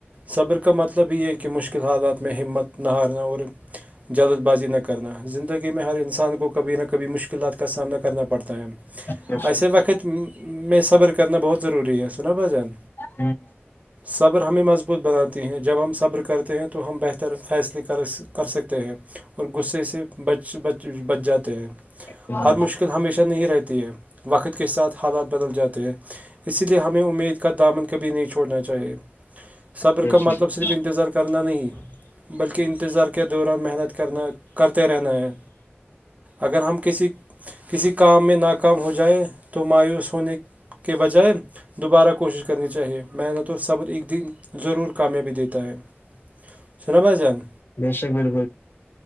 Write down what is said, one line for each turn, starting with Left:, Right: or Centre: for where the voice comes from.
Right: صبر کا مطلب یہ ہے کہ مشکل حالات میں ہمت نہ ہارنا اور جلد بازی نہ کرنا زندگی میں ہر سان کو کبھی نہ کبھی مشکلات کا سامنا کرنا پڑتا ہے
Left: بے شک
Right: ایسے وقت میں سے صبر کرنا بہت ضروری ہے سنا بھ جان
Left: ہوں
Right: صبر ہمیں مضبوط بناتی ہیں جب ہم صبر کرتے ہیں تو ہم بہتر فیصلے کر کر سکتے ہیں اور غصے سے بچ بچ بچ جاتے ہیں
Left: ہوں،
Right: ہر مشکل ہمیشہ نہیں رہتی ہے وقت کے ساتھ حالات بدل جاتے ہیں اسی لیے ہمیں امید کا دامن کبھی نہیں چھوڑنا چاہیے صبر
Left: بے
Right: کا
Left: شک
Right: مطلب صرف انتظار کرنا نہیں بلکہ انتظار کے دوران محنت کرنا کرتے رہنا ہے اگر ہم کسی کسی کام میں ناکام ہو جائےیں تو مایوس ہونے کے بجائے دوبارہ کوشش کرنی چاہیے محنت اور صبر ایک دن ضرور کامیابی دیتا ہے سنا جان
Left: دیش بل